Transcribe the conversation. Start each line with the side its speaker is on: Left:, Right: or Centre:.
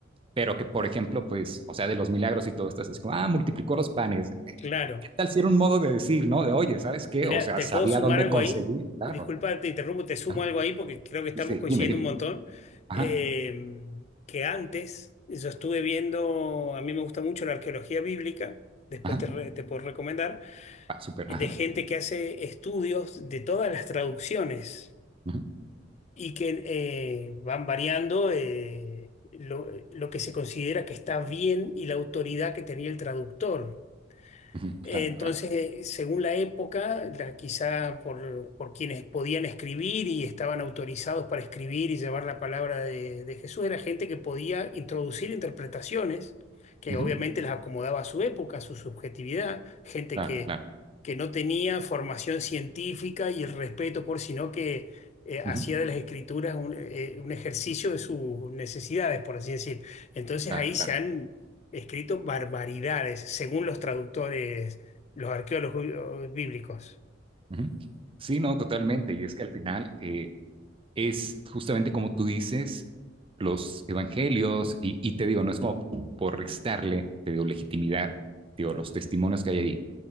Right: pero que, por ejemplo, pues, o sea, de los milagros y todo esto, es como, ah, multiplicó los panes. eh,
Left: claro.
Right: ¿Qué tal si era un modo de decir, no? De, oye, ¿sabes qué?
Left: Mirá,
Right: O sea,
Left: ¿te
Right: sabía
Left: puedo sumar
Right: dónde
Left: algo
Right: conseguir,
Left: ahí?
Right: claro.
Left: Disculpa, te interrumpo, te sumo
Right: Ajá.
Left: algo ahí porque creo que estamos
Right: Sí, sí,
Left: coincidiendo
Right: dime, dime.
Left: un montón.
Right: Ajá,
Left: Eh, que antes yo estuve viendo, a mí me gusta mucho la arqueología bíblica, después
Right: ajá,
Left: te, re- te puedo recomendar,
Right: ah, súper,
Left: de
Right: ajá.
Left: gente que hace estudios de todas las traducciones
Right: Ujú,
Left: y que eh, van variando eh, lo, lo que se considera que está bien y la autoridad que tenía el traductor.
Right: ujú,
Left: Eh,
Right: Claro,
Left: Entonces,
Right: claro,
Left: según la época, la- quizá por, por quienes podían escribir y estaban autorizados para escribir y llevar la palabra de, de Jesús, era gente que podía introducir interpretaciones que
Right: ujú,
Left: obviamente las acomodaba a su época, a su subjetividad, gente
Right: claro,
Left: que,
Right: claro,
Left: que no tenía formación científica y el respeto por, sino que eh, hacía
Right: ujú,
Left: de las escrituras un, eh, un ejercicio de sus necesidades, por así decir. Entonces
Right: claro,
Left: ahí se
Right: claro.
Left: han escrito barbaridades, según los traductores, los arqueólogos bíblicos.
Right: ujú. Sí, no, totalmente. Y es que al final, eh, es justamente como tú dices, los evangelios, y, y te digo, no es como por restarle, te digo, legitimidad, te digo, los testimonios que hay ahí,